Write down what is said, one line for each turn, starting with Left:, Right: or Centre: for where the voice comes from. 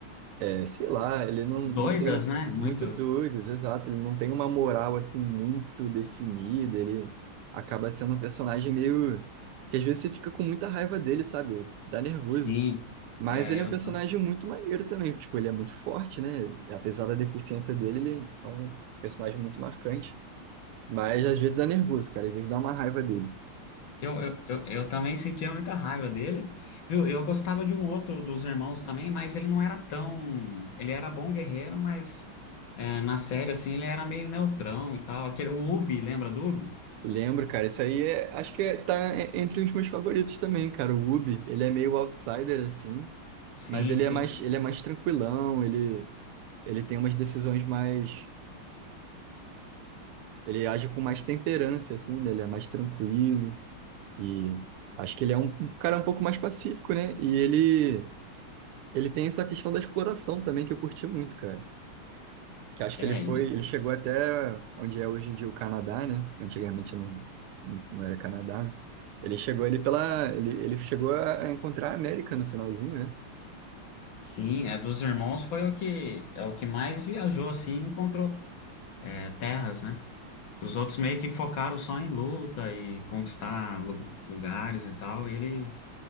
Right: é, sei lá, ele não,
Left: Doidas,
Right: não tem um-
Left: né? Muito.
Right: muito doidos, exato. Ele não tem uma moral, assim, muito definida. Ele acaba sendo um personagem meio, que às vezes você fica com muita raiva dele, sabe? Dá nervoso.
Left: Sim.
Right: Mas
Left: É,
Right: ele
Left: eu,
Right: é um personagem muito maneiro também, tipo, ele é muito forte, né? Apesar da deficiência dele, ele é um personagem muito marcante. Mas às vezes dá nervoso, cara, às vezes dá uma raiva dele.
Left: eu, eu, eu, eu também sentia muita raiva dele, viu? Eu gostava de um outro dos irmãos também, mas ele não era tão. Ele era bom guerreiro, mas é, na série, assim, ele era meio neutrão e tal. Aquele, o Ubi, lembra do Ubi?
Right: Lembro, cara, isso aí é, acho que é- tá e- entre os meus favoritos também, cara. O Ubi, ele é meio outsider assim,
Left: Sim,
Right: mas ele
Left: sim.
Right: é mais, ele é mais tranquilão, ele, ele tem umas decisões mais, ele age com mais temperança assim, né? Ele é mais tranquilo e acho que ele é um um cara um pouco mais pacífico, né? E ele Ele tem essa questão da exploração também que eu curti muito, cara. Que acho
Left: É,
Right: que ele foi,
Left: ele-
Right: ele chegou até onde é hoje em dia o Canadá, né? Antigamente não, não era Canadá, né? Ele chegou ali pela, ele, ele chegou a a encontrar a América no finalzinho, né?
Left: Sim, é dos irmãos foi o que é o que mais viajou assim, e encontrou é, terras, né? Os outros meio que focaram só em luta e conquistar lu- lugares e tal. Ele